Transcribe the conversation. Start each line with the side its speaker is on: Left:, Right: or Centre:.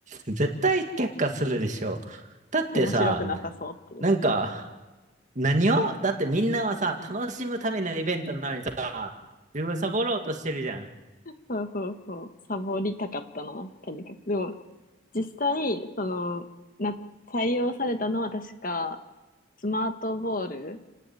Right: 絶対却下するでしょ。
Left: <laughs>
Right: だってさ、
Left: 面白くなさそうっていう。
Right: なんか、何をだってみんなはさ、楽しむためのイベントなのにさ、自分サボろうとしてるじゃん。
Left: そうそうそう。サボりたかったな、とにかく。でも、実際、その、な、採用されたのは確か、スマートボール